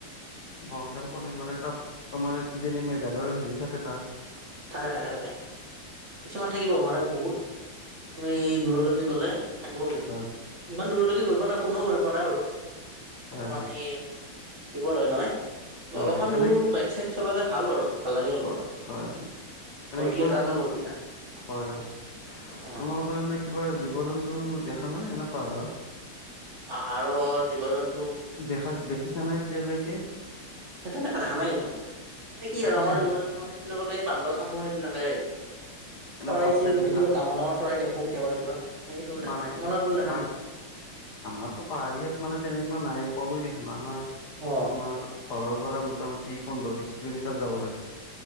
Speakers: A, on the left (about 55°); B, on the right (about 35°).
A: বৰ্ধাৰ
B: এনেকুৱা
A: পৰে মানে তাত তোমাৰ কিজানি মেঘালয়ৰ হেৰি থাকে তাত।
B: থাকে-থাকে-থাকে কিছুমান থাকিব, মানে বহুত তুমি দূৰলৈ গলে থাকিব কিন্তু।
A: হয়
B: ইমান দূৰলৈকে গৈ পোৱা নাই কোনেও গৈ পোৱা নাই বাৰু। অলপমান
A: হয় হয়
B: সেই বিপদ হয় নহয়। ত অলপমান
A: হয় এনে
B: দূৰ বাইক-চাইক চলালে ভাল বাৰু। ভাল লাগে কিন্তু
A: হয় হয়। এনে
B: নদী
A: কিবা
B: এটা আছে
A: তোৰ,
B: বৰ ধুনীয়া
A: হয় হয়
B: অ
A: তোমালোকৰ এনে কিবা জীৱ-জন্তু দেখা নাই এনে পাহাৰত।
B: পাহাৰত জীৱ-জন্তু
A: দেখা-দেখিছা নাই এতিয়া লৈকে?
B: সেই তেনেকা দেখা নাই কিন্তু। মানে কি আৰু
A: একো
B: আমাৰ
A: দেখা
B: জীৱ-জন্তু মানে <unintelligible> বান্দৰ-চান্দৰ এইবিলাক <inaudible>
A: এনে
B: চৰাই-চিৰিট
A: বাঘ চাগ দেখা
B: কিবা ডাঙৰ ডাঙৰ চৰাই দেখো কেতিয়াবা কেতিয়াবা, এনে কিন্তু দেখা
A: বা
B: নাই। তোমালোক ফালে দেখা
A: বা
B: নেকি?
A: আমাৰতো পাহাৰ ইয়াত মানে তেনেকুৱা নাই কলোৱে দেখোন আমাৰ তোমাৰ
B: অ
A: ঘৰৰ পৰাই মোটামুটি পোন্ধৰ বিশ কিলোমিটাৰ যাব লাগে